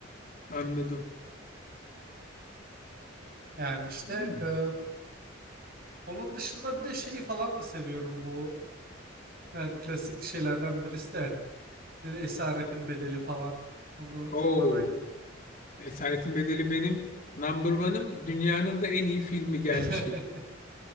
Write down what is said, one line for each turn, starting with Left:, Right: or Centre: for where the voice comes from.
Left: Anladım.
Right: Yani işte
Left: Yani.
Right: e, onun dışında bir de şeyi falan da seviyorum bu e, klasik şeylerden birisi de ne- Esaretin Bedeli falan. Onu onu
Left: Oo.
Right: da ben
Left: Esaretin Bedeli benim number one'ım. Dünyanın da en iyi filmi gelmiş
Right: <laughs>
Left: gibi.